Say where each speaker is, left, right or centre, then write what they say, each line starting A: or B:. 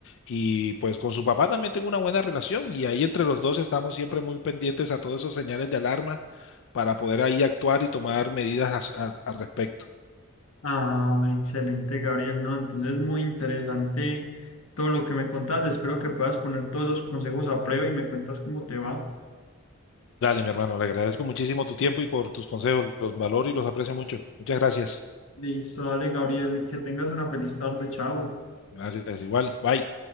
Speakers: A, on the left (about 60°); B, on the left (about 85°).
A: Y pues con su papá también tengo una buena relación y ahí entre los dos estamos siempre muy pendientes a todos esos señales de alarma para poder ahí actuar y tomar medidas as- a- al respecto.
B: Ah, excelente, Gabriel, ¿no? Entonces, muy interesante todo lo que me contás. Espero que puedas poner todos los consejos a prueba y me cuentas cómo te va.
A: Dale, mi hermano, le agradezco muchísimo tu tiempo y por tus consejos, los valoro y los aprecio mucho. Muchas gracias.
B: Listo, dale, Gabriel, que tengas una feliz tarde, chao.
A: Gracias, igual. Bye.